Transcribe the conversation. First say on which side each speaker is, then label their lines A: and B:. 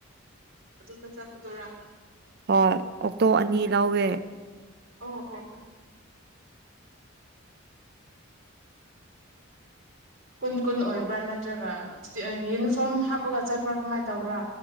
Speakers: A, on the right; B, on the right.
A: ꯑꯗꯨ ꯀ ꯆ ꯄꯨꯇꯣꯔꯥ
B: ꯍ ꯑꯣꯛꯇꯣ ꯑꯅꯤ ꯂꯧꯥꯎꯋꯦ
A: ꯑꯣ ꯑꯣ ꯑꯣ ꯀꯨꯟ ꯀꯨꯟ ꯑꯣꯏꯕ꯭ꯔꯥ ꯅꯠꯇ꯭ꯔꯒ ꯌꯨꯅꯤꯐꯣꯔꯝ ꯍꯥꯞꯄꯒ ꯆꯠꯄ꯭ꯔꯥ ꯀꯃꯥꯏꯅ ꯇꯧꯕ꯭ꯔꯥ